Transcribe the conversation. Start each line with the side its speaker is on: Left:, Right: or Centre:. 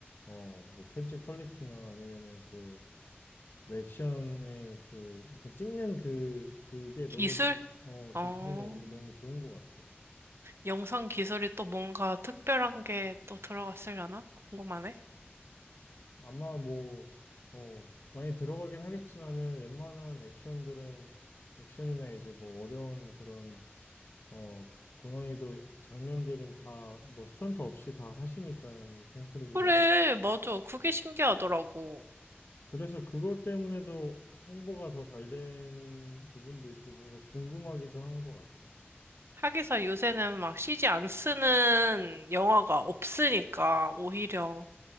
Left: 어, 뭐, 편집 퀄리티나 아니면은 그 왜 액션의 그 약간 찍는 그 그게
Right: 기술?
Left: 너무 어
Right: 어,
Left: 기술이나 이런 게 너무 좋은 것 같아.
Right: 영상 기술이 또 뭔가 특별한 게 또 들어갔으려나? 궁금하네.
Left: 아마 뭐어 많이 들어가긴 하겠지만은 웬만한 액션들은 액션이나 이제 뭐 어려운 그런 어 고난이도 장면들은 다 뭐 스턴트 없이 다 하시니까 톰 크루즈가
Right: 그래, 맞아. 그게 신기하더라고.
Left: 그래서 그것 때문에도 홍보가 더 잘 되는 부분도 있고 뭔가 궁금하기도 한 것 같아.
Right: 하기사 요새는 막 CG 안 쓰는 영화가 없으니까 오히려